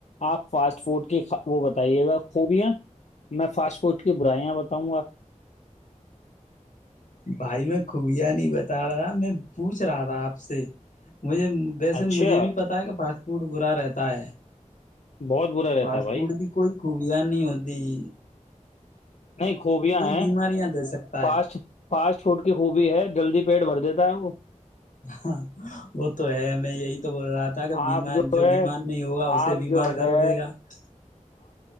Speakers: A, on the left; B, on the left.
A: آپ فاسٹ فوڈ کی وہ بتائیے گا خوبیاں میں فاسٹ فوڈ کی برائیاں بتاؤں گا <unintelligible>
B: بھائی میں خوبیا نہیں بتا رہا میں پوچھ رہا تھا آپ سے مجھے ویسے
A: اچھا
B: مجھے بھی پتا ہے کہ پاس <unintelligible> پوڑ برا رہتا ہے <unintelligible>
A: بہت برا
B: فاسٹ
A: رہتا ہے بھائی
B: فوڈ کی کوئی خوبیا نہیں ہوتی جی
A: نہیں خوبیاں ہیں
B: بیماریاں دے سکتا
A: فاسٹ
B: ہے
A: فاسٹ فوڈ کی خوبی ہے جلدی بھی پیٹ بھر دیتا ہے وہ <unintelligible>
B: ہاں وہ تو ہے میں یہی <unintelligible> تو بول رہا تھا کہ
A: آپ
B: بیمار جو
A: ہے
B: بیمار نہیں ہوگا اسے
A: آپ
B: بیمار
A: جو
B: کر
A: ہے
B: دے گا <unintelligible>